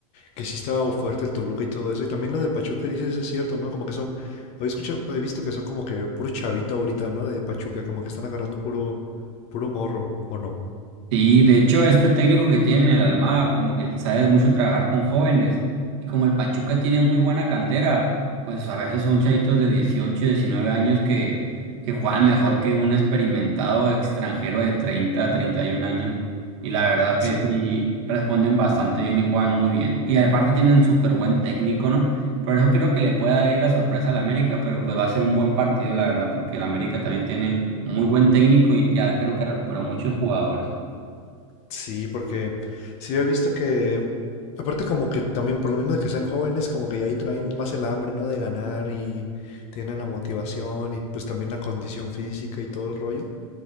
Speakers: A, on the left; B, on the right.
A: que sí estaba fuerte el Toluca y todo eso. Y también lo del Pachuca dices es cierto, ¿no? Como que son, había escuchado, he visto que son como que puro chavito ahorita, ¿no? De Pachuca, como que están agarrando puro, puro morro, ¿o no?
B: Sí, de hecho, este técnico que tiene en el Almada, como que sabe mucho trabajar con jóvenes, y como el Pachuca tiene muy buena cantera, pues a veces son chavitos de 18, 19 años que, que juegan mejor que un experimentado extranjero de 30, 31 años, y la verdad que
A: Sí,
B: sí responden bastante bien y juegan muy bien. Y aparte tienen un súper buen técnico, ¿no? Por eso creo que le puede dar ahí la sorpresa al América, pero pues va a ser un buen partido, la verdad, porque el América también tiene muy buen técnico y ya creo que recuperó muchos jugadores.
A: Sí, porque sí he visto que, aparte como que también por lo mismo de que sean jóvenes, como que ya ahí traen más el hambre, ¿no? De ganar y tienen la motivación y pues también la condición física y todo el rollo.